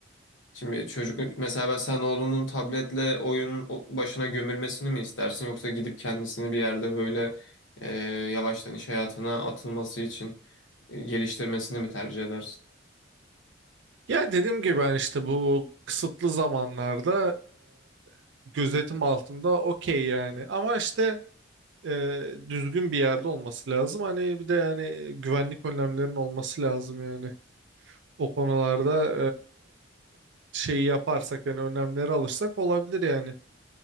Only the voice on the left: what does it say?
Şimdi çocuk mesela ben sen oğlunun tabletle oyun o- başına gömülmesini mi istersin yoksa gidip kendisini bir yerde böyle e, yavaştan iş hayatına atılması için e, geliştirmesini mi tercih edersin?